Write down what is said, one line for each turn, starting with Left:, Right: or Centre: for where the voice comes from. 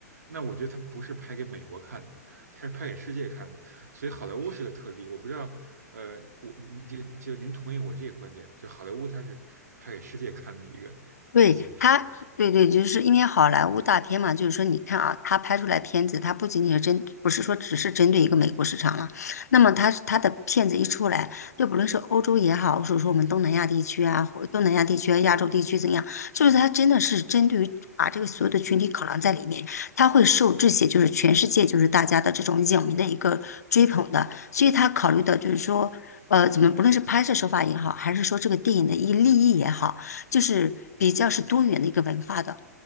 Right: 那我觉得他不是拍给美国看的，他是拍给世界看的。所以好莱坞是个特例，我不知道，呃，我就就您同意我这个观点就好莱坞它是拍给世界看的一个一个形式。
Left: 对他，对对，就是因为好莱坞大片嘛，就是说，你看啊，他拍出来片子，他不仅仅是针，不是说只是针对一个美国市场了。那么他他的片子一出来，就不论是欧洲也好，或者说我们东南亚地区啊，或东南亚地区啊、亚洲地区怎样，就是他真的是针对于把这个所有的群体考量在里面，他会受这些就是全世界就是大家的这种影迷的一个追捧的，所以他考虑的就是说。呃，怎么不论是拍摄手法也好，还是说这个电影的一立意也好。就是比较是多元的一个文化的，